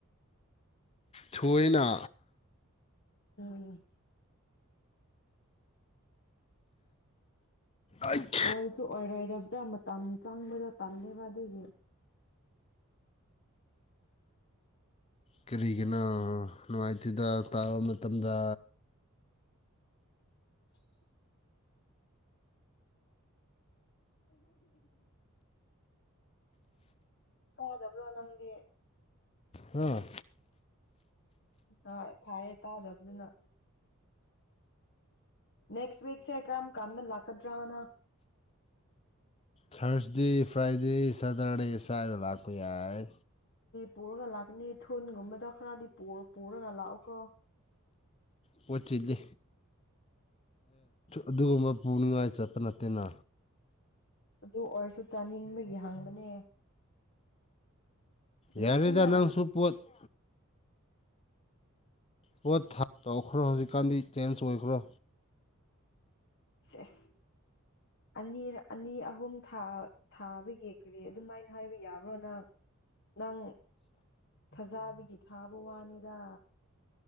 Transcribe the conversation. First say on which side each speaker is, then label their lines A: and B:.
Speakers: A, on the left; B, on the left.
A: ꯊꯣꯏꯅ
B: ꯎꯝ
A: ꯑꯩꯠ
B: ꯑꯣꯏꯁꯨ ꯑꯣꯏꯔꯣꯏꯗꯕꯗ ꯃꯇꯝ ꯆꯪꯕꯗꯣ ꯇꯜꯂꯦꯕ ꯑꯗꯨꯒꯤ
A: ꯀꯔꯤꯒꯅꯥ ꯅꯨꯡꯉꯥꯏꯇꯗ ꯇꯥꯕ ꯃꯇꯝꯗ
B: <unintelligible> ꯇꯥꯗꯕ꯭ꯔꯣ ꯅꯪꯗꯤ
A: ꯑꯥ
B: ꯍ ꯐꯌꯦ ꯇꯥꯗꯕꯗꯨꯅ ꯅꯦꯛꯁꯤꯛꯁꯦ ꯀ꯭ꯔꯝ ꯀꯟꯅ ꯂꯥꯛ ꯀꯗ꯭ꯔꯥꯅ
A: ꯊꯔꯁꯗꯦ ꯐ꯭ꯔꯥꯏꯗꯦ ꯁꯦꯇꯔꯗꯦ ꯁꯥꯏꯗ ꯂ ꯌꯥꯏ
B: ꯄꯨꯔꯒ ꯂꯥꯛꯀꯅꯤ ꯊꯨꯟꯒꯨꯝꯕꯗ ꯈꯔꯗꯤ ꯄꯨꯔꯒ ꯂꯥꯛꯑꯣꯀꯣ
A: ꯄꯣꯠ ꯆꯤꯜꯂꯤ ꯑꯗꯨꯒꯨꯝꯕ ꯄꯨꯅꯤꯡꯉꯥꯏ ꯆꯠꯄ ꯅꯠꯇꯦꯅ
B: ꯑꯗꯨ ꯑꯣꯏꯔꯁꯨ ꯆꯥꯅꯤꯡꯕꯒꯤ ꯍꯪꯕꯅꯦ
A: ꯌꯥꯔꯤꯦꯗ
B: ꯂꯤꯛꯑꯦꯅ
A: ꯅꯪꯁꯨ ꯄꯣꯠ <unintelligible> ꯄꯣꯠ ꯇꯧꯈ꯭ꯔꯣ ꯍꯧꯖꯤꯛꯀꯥꯟꯗꯤ ꯆꯦꯟꯖ ꯑꯣꯏꯈ꯭ꯔꯣ
B: ꯁꯁ ꯑꯅꯤ ꯑꯅꯤ ꯑꯍꯨꯝ ꯊꯥꯕ ꯌꯦꯛꯈ꯭ꯔꯦ ꯑꯗꯨꯃꯥꯏꯅ ꯍꯥꯏꯕ ꯌꯥꯕ꯭ꯔꯣ ꯅꯪ ꯅꯪ ꯈꯖꯥꯕꯤ ꯒꯤ ꯊꯥꯕ ꯋꯥꯅꯤꯗ